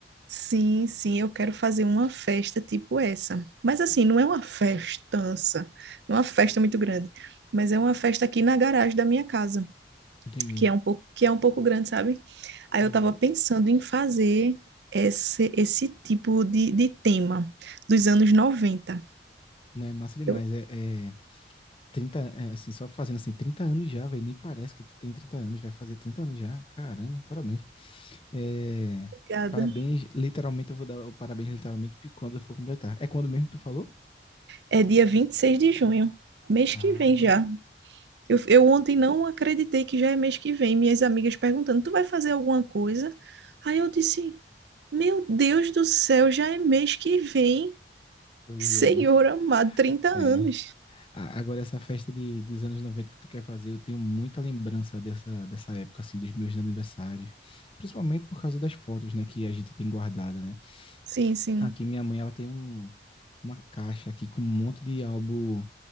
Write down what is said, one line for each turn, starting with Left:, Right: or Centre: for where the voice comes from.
Right: Sim, sim, eu quero fazer uma festa tipo essa. Mas assim, não é uma festança, não é uma festa muito grande, mas é uma festa aqui na garagem da minha casa,
Left: Entendi.
Right: que é um pouco, que é um pouco grande, sabe? Aí
Left: Uhum.
Right: eu estava pensando em fazer esse, esse tipo de, de tema dos anos 90.
Left: Não, é massa demais.
Right: Eu,
Left: É, é... trinta é, assim, só fazendo assim, 30 anos já, velho. Nem parece que tu tem 30 anos, vai fazer 30 anos já. Caramba, parabéns. É,
Right: obrigada.
Left: parabéns, literalmente, eu vou dar o parabéns literalmente quando eu for completar. É quando mesmo que tu falou?
Right: É dia 26 de junho, mês
Left: Ah,
Right: que vem já. Eu,
Left: legal.
Right: eu ontem não acreditei que já é mês que vem. Minhas amigas perguntando: tu vai fazer alguma coisa? Aí eu disse: meu Deus do céu, já é mês que vem.
Left: tô ligado.
Right: Senhor amado, 30 anos.
Left: É. A- Agora, essa festa de, dos anos 90 que tu quer fazer, eu tenho muita lembrança dessa, dessa época, assim, dos meus aniversários. Principalmente por causa das fotos, né, que a gente tem guardada, né?
Right: Sim, sim,
Left: Aqui, minha mãe, ela tem um, uma caixa aqui com um monte de álbum